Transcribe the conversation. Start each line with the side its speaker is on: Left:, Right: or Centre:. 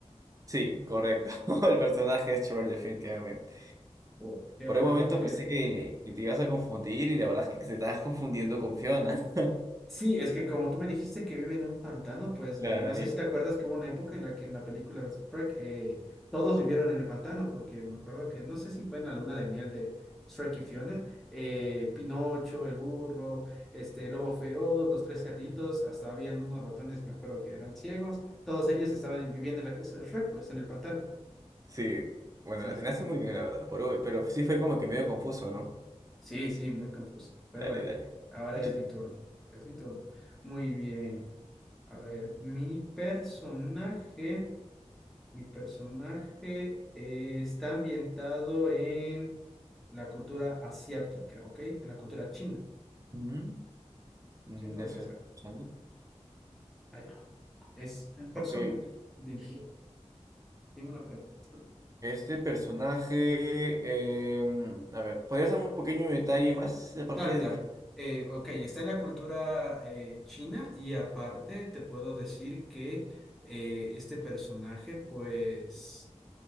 Right: Sí, correcto. <laughs> El personaje es Trevor, definitivamente.
Centre: Oh, Qué
Right: Por
Centre: bueno,
Right: un momento
Centre: porque
Right: pensé que, que te ibas a confundir y la verdad es que te estabas confundiendo con Fiona. <laughs>
Centre: Sí, es que como tú me dijiste que vive en un pantano, pues
Right: La
Centre: eh,
Right: nariz.
Centre: no sé si te acuerdas que hubo una época en la que en la película de Shrek eh, todos vivieron en el pantano, porque me acuerdo que no sé si fue en la luna de miel de Shrek y Fiona, eh, Pinocho, el burro, este el lobo feroz, los tres cerditos, hasta habían unos ratones, me acuerdo que eran ciegos, todos ellos estaban en- viviendo en la casa de Shrek, pues en el pantano.
Right: Sí, bueno,
Centre: Sí,
Right: la
Centre: sí,
Right: tenías
Centre: sí.
Right: muy bien, la verdad, por hoy, pero sí fue como que medio confuso, ¿no?
Centre: Sí, sí, muy confuso. Pero
Right: Dale,
Centre: bueno,
Right: dale.
Centre: ahora
Right: Escúchate.
Centre: es mi turno. Es mi turno. Muy bien. A ver, mi personaje, mi personaje eh, está ambientado en la cultura asiática, ¿ok? En la cultura china.
Right: Ujú, mm,
Centre: ¿Quién podría
Right: ya estoy
Centre: ser?
Right: escuchando.
Centre: Ahí. Es un personaje.
Right: Ok,
Centre: Dime, dime una pregunta.
Right: Este personaje, em, a ver, ¿podrías darme un pequeño detalle más? Aparte
Centre: Claro,
Right: de
Centre: claro.
Right: que...
Centre: Eh, ok, está en la cultura eh, china y aparte te puedo decir que eh, este personaje pues